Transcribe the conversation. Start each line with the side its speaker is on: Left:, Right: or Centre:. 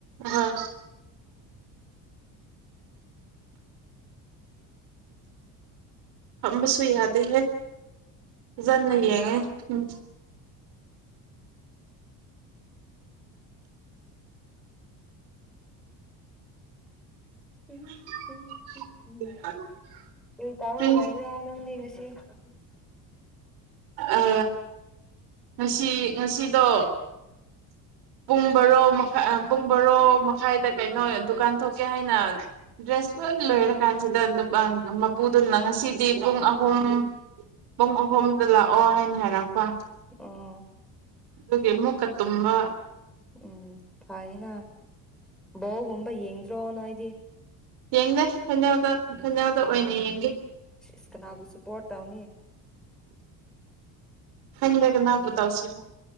Right: ꯍꯣꯏ ꯍꯕꯁꯨ ꯌꯥꯗꯦ ꯟꯅ ꯌꯦꯡꯉꯦ
Centre: ꯎꯝ
Right: <unintelligible>
Centre: ꯎꯝ ꯎꯝ ꯀꯔꯤ ꯇꯍꯂꯕ꯭ꯔꯥ
Right: ꯏꯁꯀ꯭ꯔꯤꯟ
Centre: ꯅꯅ <unintelligible>
Right: ꯑ ꯉꯁꯤ ꯉꯁꯤꯗꯣ ꯄꯨꯡ ꯔꯣ ꯄꯨꯡ ꯕꯔꯣ ꯃꯈꯥꯏꯗ ꯀꯩꯅꯣ ꯗꯨꯀꯥꯟ ꯊꯣꯛꯀꯦ ꯍꯥꯏꯅ ꯗ꯭ꯔꯦꯁ ꯂꯣꯏ ꯂꯣꯏꯔꯀꯥꯟꯁꯤꯗ ꯃꯄꯨꯗꯨꯅ ꯉꯁꯤꯗꯤ ꯄꯨꯡ ꯑꯍꯨꯝ ꯑꯣ ꯑꯍꯨꯝ ꯂꯥꯛꯑꯣ ꯍꯥꯏꯅ ꯍꯥꯏꯔꯛꯄ
Centre: ꯑ
Right: ꯑꯗꯨꯒꯤ ꯃꯨꯀ ꯇꯨꯝꯕꯥ
Centre: ꯎꯝ ꯐꯅ ꯕꯣꯒꯨꯝꯕ ꯌꯦꯡꯗ꯭ꯔꯣ ꯅ ꯑꯩꯗꯤ
Right: ꯌꯦꯡꯅꯦ ꯐꯅꯥꯜꯗ ꯐꯅꯥꯜꯗ ꯑꯣꯏꯅ ꯌꯦꯡꯒꯦ
Centre: ꯏꯁ ꯀꯅꯥꯕꯨꯁꯨ ꯄꯣꯔꯠ ꯇꯧꯅꯤ
Right: ꯍꯒ ꯅꯅꯥꯕꯨ ꯇꯥꯎꯁꯤꯂ